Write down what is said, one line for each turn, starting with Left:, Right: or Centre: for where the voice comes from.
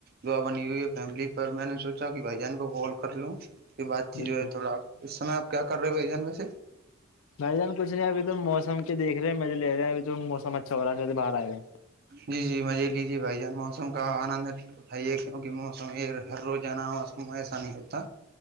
Right: دعا بنی ہوئی ہے فیملی پر میں نے سوچا کہ بھائی جان کو کال کر لوں یہ بات ت
Left: بالکل
Right: جو ہے تھوڑا آپ اس سمے آپ کیا کر رہے بھائی جان ویسے
Left: م جان کچھ نہیں اھی تو موسم کے دیک رہے ہیں م میںے لے رہے ہیں اب تو موسم اچھا رہا ہے ابھی بر آئے ہیں
Right: جی جی مزے لیجیے بھائی جان موسم کا آنند ہے اٹھائیے کیونکہ موسم ہر روز آناس ایسا نہیں ہوتا